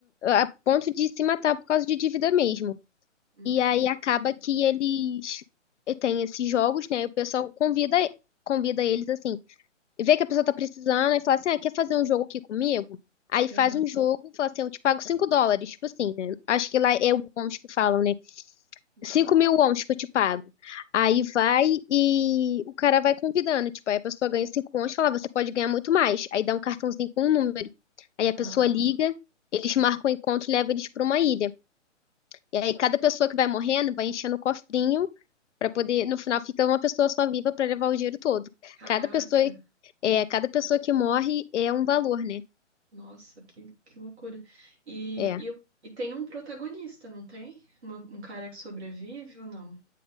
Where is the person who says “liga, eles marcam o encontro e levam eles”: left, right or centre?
Left